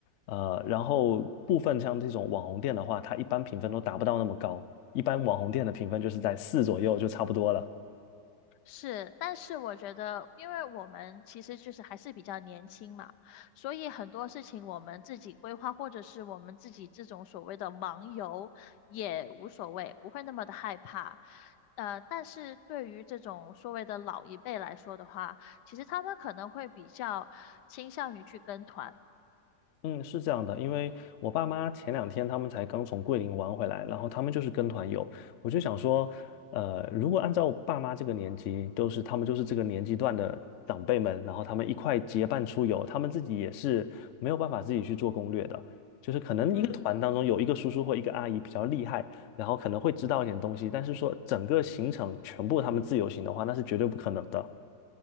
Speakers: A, on the left; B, on the left.
A: 呃，然后部分像这种网红店的话，它一般评分都达不到那么高，一般网红店的评分就是在四左右就差不多了。
B: 是，但是我觉得，因为我们其实就是还是比较年轻嘛，所以很多事情我们自己规划，或者是我们自己这种所谓的盲游也无所谓，不会那么的害怕。呃，但是对于这种所谓的老一辈来说的话，其实他们可能会比较倾向于去跟团。
A: 嗯，是这样的，因为我爸妈前两天他们才刚从桂林玩回来，然后他们就是跟团游，我就想说，呃，如果按照爸妈这个年纪，都是他们就是这个年纪段的长辈们，然后他们一块结伴出游，他们自己也是没有办法自己去做攻略的，就是可能一个团当中有一个叔叔或一个阿姨比较厉害，
B: 嗯。
A: 然后可能会知道一点东西，但是说整个行程全部他们自由行的话，那是绝对不可能的。